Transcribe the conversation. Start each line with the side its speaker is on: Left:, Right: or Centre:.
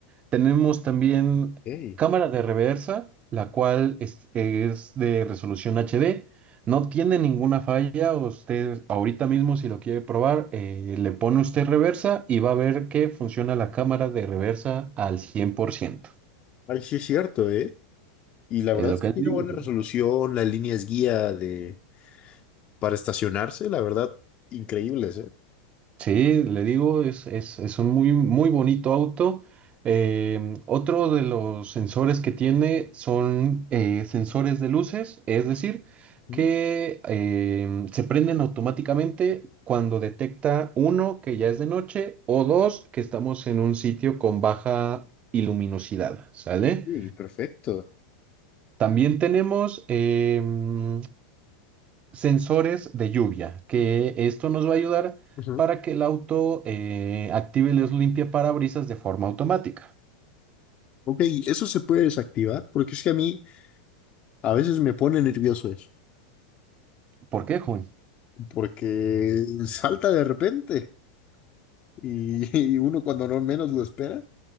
Right: Tenemos también
Left: Ey.
Right: cámara de reversa, la cual es, es de resolución HD. No tiene ninguna falla. Usted ahorita mismo, si lo quiere probar, eh, le pone usted reversa y va a ver que funciona la cámara de reversa al 100%.
Left: Ay, sí es cierto, ¿eh? Y la
Right: Es
Left: verdad
Right: lo
Left: es
Right: que
Left: que tiene
Right: le digo.
Left: buena resolución, la línea es guía de para estacionarse, la verdad, increíbles, ¿eh?
Right: Sí, le digo, es, es, es un muy, muy bonito auto. Em, otro de los sensores que tiene son eh, sensores de luces, es decir,
Left: Ujú,
Right: que em, se prenden automáticamente cuando detecta uno que ya es de noche o dos que estamos en un sitio con baja iluminosidad, ¿sale?
Left: Sí, perfecto.
Right: También tenemos em, sensores de lluvia, que esto nos va a ayudar
Left: ujú.
Right: para que el auto eh, active los limpiaparabrisas de forma automática.
Left: Ok, ¿eso se puede desactivar? Porque es que a mí a veces me pone nervioso eso,
Right: ¿Por qué, Jun?
Left: porque salta de repente y, <laughs> y uno cuando no menos lo espera,